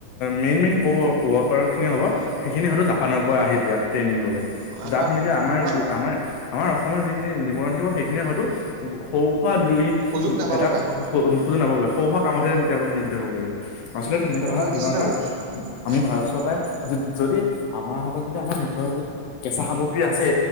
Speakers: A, on the left; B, on the right.
A: মেইন-মেইন কৱৰ্কাৰ খিনি হ'ব সেইখিনি হয়তো জাপানৰ পৰা আহিব ইয়াত ট্ৰেইনিং দিবলে।
B: হয়
A: যাৰ
B: হয়
A: <unintelligible>
B: হয় হয়
A: আমাৰ-আমাৰ
B: হয় হয়
A: আমাৰ অসমৰ যিখিনি নিবনুৱা থাকিব, সেইখিনিয়ে হয়তো সৌ খোৱা দুই
B: সুযোগ নাপাব
A: এটা
B: পাৰে
A: <unintelligible> কামতহে তেওঁলোকে নিজিত হ'ব পাৰিব। আচলতে তেনেকে
B: হয়
A: নহয়
B: হয়
A: তেনেকুৱা
B: নিশ্চিতভাৱে
A: নহয়।
B: নিশ্চিতভাৱে
A: আমি ভাৰত চৰকাৰে
B: হয় হয়
A: যদি আমাৰ হাতত যদি আমাৰ নিজৰ যদি কেঁচা সামগ্ৰী আছে,